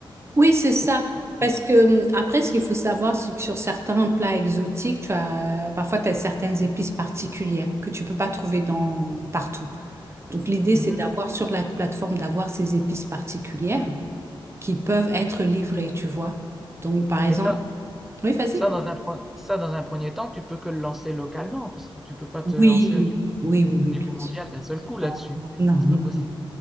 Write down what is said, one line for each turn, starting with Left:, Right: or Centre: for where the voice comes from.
Right: Oui, c'est ça.
Centre: pour faire une
Right: Parce
Centre: recette.
Right: que hum, après, ce qu'il faut savoir, c'est que sur certains plats exotiques, tu as parfois tu as certaines épices particulières que tu peux pas trouver dans partout. Donc l'idée,
Centre: Mhm.
Right: c'est d'avoir sur la plateforme d'avoir ces épices particulières qui peuvent être livrées, tu vois. Donc par exemple,
Centre: Mais ça,
Right: oui, vas-y.
Centre: ça dans un, pre- ça dans un premier temps, tu peux que le lancer localement parce que tu peux pas te
Right: Oui,
Centre: lancer au niveau,
Right: oui,
Centre: au
Right: oui, oui,
Centre: niveau
Right: bien
Centre: mondial
Right: sûr.
Centre: d'un seul coup là-dessus.
Right: Non, non,
Centre: C'est
Right: non,
Centre: pas possible.
Right: non.